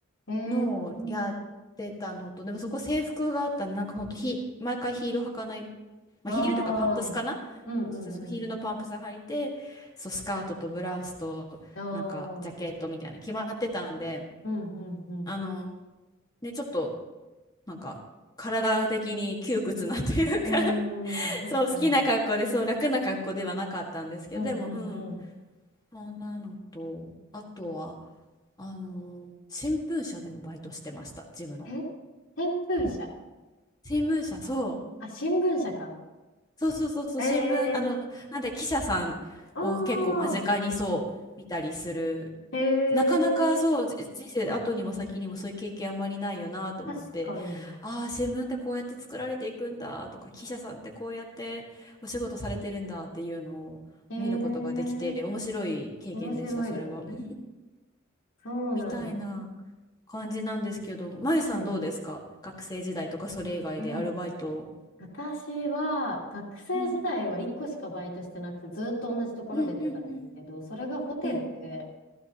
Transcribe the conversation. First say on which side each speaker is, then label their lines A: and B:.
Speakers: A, on the left; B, on the left.
A: へえ。
B: のをやってたのと、
A: うん。
B: でもそこ制服があったんで、なんかほんとヒ、毎回ヒール履かない、まあ、
A: あ
B: ヒールとかパンプスかな
A: あ。うんうんうん。
B: そうヒールのパンプス履いて、そう、スカートとブラウスと、
A: ああ。
B: なんかジャケットみたいな決まってたんで、
A: うんうんうん。
B: あの、ね、ちょっと、なんか、体的に窮屈なというか
A: うーん、
B: <laughs>
A: 確かに。
B: そう、好きな格好で、そう、楽な格好ではなかったんですけど、
A: うんうんうん。
B: でも、うん、そんなのと、あとは、あの新聞社でのバイトしてました、ジムの。
A: え天空社。
B: そう新聞社、そう。
A: あ、新聞社か。
B: そうそうそうそう、
A: ええ
B: 新聞、あの、なんで記者さんを結構間近にそう見たりする。
A: ああ、へ
B: なかなかそう、
A: え、
B: じ人生後にも先にもそういう経験あんまりないよなと思って、
A: 確かに。
B: ああー、新聞ってこうやって作られていくんだとか、記者さんってこうやってお仕事されてるんだっていうのを見ることができて、
A: ええ
B: 面白い経験でした、
A: 面白いですね。
B: それは。うん、
A: そうなんだ。
B: みたいな感じなんですけど、まゆさんどうですか学生時代とかそれ以外でアルバイトを。
A: はい。え、私は学生時代は1個しかバイトしてなくて、
B: うん
A: ずっと同じところでやってたんですけど、
B: うんうんうん
A: それがホテルで、
B: うん